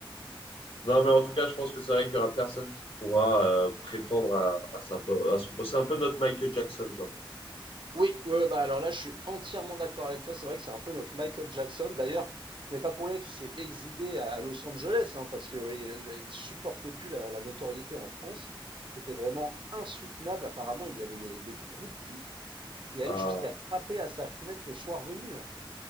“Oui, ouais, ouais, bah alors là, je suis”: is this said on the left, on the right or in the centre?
Right